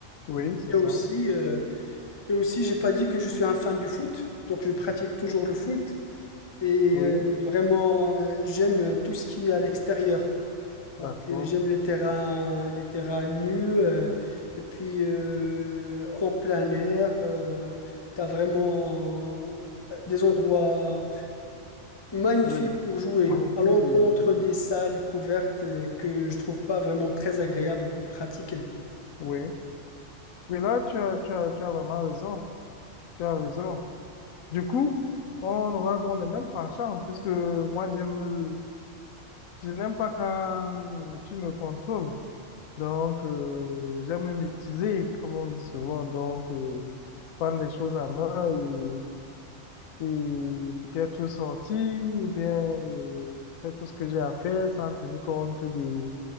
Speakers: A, on the left; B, on the left.
A: oui, c'est
B: Et
A: ça.
B: aussi, euh, et aussi, j'ai pas dit que je suis un fan du foot. Donc, je pratique toujours le foot. Et
A: Oui.
B: euh, vraiment, euh, j'aime tout ce qui est à l'extérieur. Donc,
A: D'accord.
B: euh, j'aime les terrains, les terrains nus. euh, et puis, euh, en plein air, euh, t'as vraiment euh, des endroits
A: Bon.
B: magnifiques
A: Oui,
B: pour jouer,
A: magnifique.
B: à l'encontre
A: et Oui,
B: des salles couvertes euh, que je trouve pas vraiment très agréables pour pratiquer.
A: oui, Oui, là, tu as, tu as, tu as vraiment raison. Tu as raison. Du coup, on aura donc les mêmes penchants, puisque moi, j'aime, le- je n'aime pas quand tu me contrôles. Donc, euh, j'aime me maîtriser, comme on dit souvent. Donc, euh, prendre les choses à main et, et peut-être sortir ou bien euh, faire tout ce que j'ai à faire sans tenir compte de